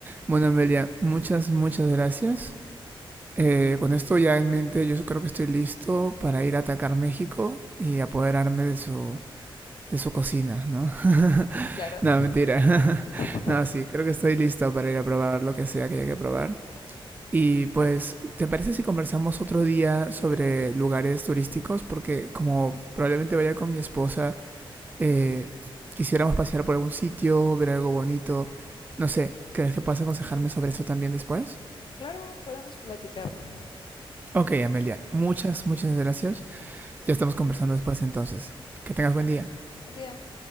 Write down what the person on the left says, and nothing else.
Claro.
<laughs>
Claro, podemos platicarlo.
Buen día.